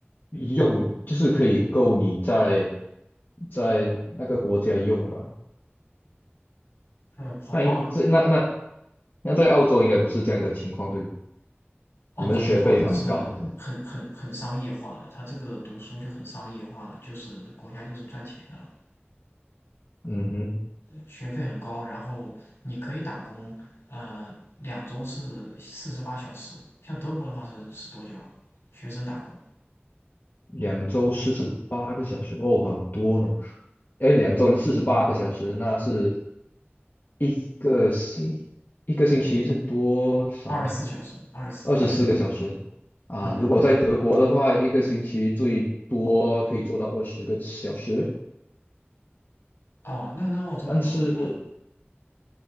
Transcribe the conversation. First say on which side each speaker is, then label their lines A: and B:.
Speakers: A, on the left (about 50°); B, on the left (about 85°).
A: 用，就是可以够你在在那个国家用吧。
B: 嗯，好棒啊！
A: 那应这那那那在澳洲应该不是这样的情况，对不对？
B: 澳洲的话，
A: 你们的学费蛮高的
B: 它是很很很商业化的，它这个读书就很商业化了，就是国家就是赚钱的了，
A: 嗯哼。
B: 学费很高，然后你可以打工，呃，两周是四十八小时，像德国的话是是多久啊？学生打工
A: 两周四十八个小时，哦，很多呢。哎，两周四十八个小时，那是一个星一个星期是多少呢？
B: 二十四小时，二十四，
A: 二十四个小时啊。
B: 嗯嗯嗯，
A: 如果在德国的话，一个星期最多可以做到二十个小时，
B: 哦，那那澳洲比德国多啊，
A: 但是